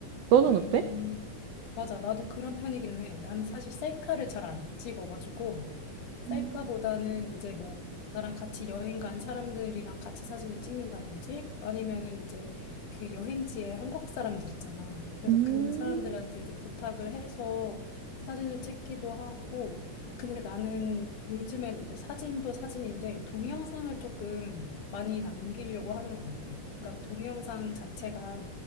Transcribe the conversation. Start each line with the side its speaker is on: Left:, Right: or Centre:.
Right: 너는
Left: 음,
Right: 어때?
Left: 맞아. 나도 그런 편이기는 해. 나는 사실 셀카를 잘 안 찍어가지고, 셀카보다는
Right: 음.
Left: 이제 뭐, 나랑 같이 여행 간 사람들이랑 같이 사진을 찍는다든지, 아니면은 이제 그 여행지에 한국 사람들 있잖아. 그래서
Right: 음,
Left: 그 사람들한테 이제 부탁을 해서 사진을 찍기도 하고, 근데 나는 요즘엔 이제 사진도 사진인데, 동영상을 조금 많이 남기려고 하는 것 같아. 그러니까 동영상 자체가